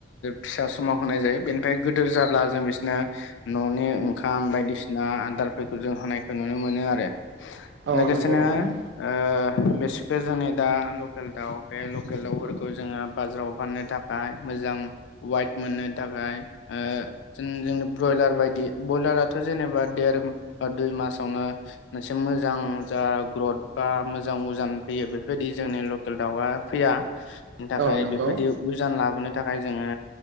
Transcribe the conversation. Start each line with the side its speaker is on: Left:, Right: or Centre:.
Left: फिसा समाव होनाय जायो बेनिफ्राय गोदोर जाब्ला जों बिसोरनो न'नि खाम बायदि आ आदारफोरखौ जों होनायखौ नुनो मोनो आरो।
Right: औ
Left: लोगोसेनो
Right: नंगौ नोंथां
Left: ओ बिसखो जोंनि दा लकेल दाउ बे लकेल दाउफोरखौ जोङो बाजाराव फाननो थाखाय मोजां वाइट मोननो थाखाय ओ जों जोंनि ब्रयलार बायदि बयलाराथ' जेनेबा देर बा दुइ मासावनो मोनसे मोजां जा ग्रथ बा मोजां उजान फैयो बेफोरबायदि जोंनि लकेल दाउआ फैया बेनि थाखाय
Right: औ नंगौ
Left: बेफोरबायदि उजान लाबोनो थाखाय जोङो